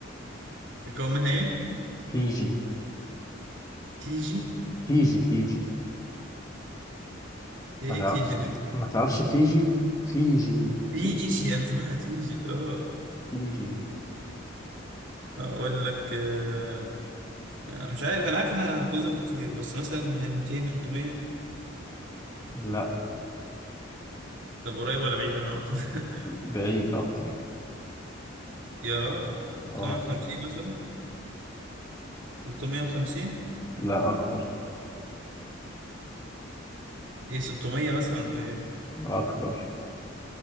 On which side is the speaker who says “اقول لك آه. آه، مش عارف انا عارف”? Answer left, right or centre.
Right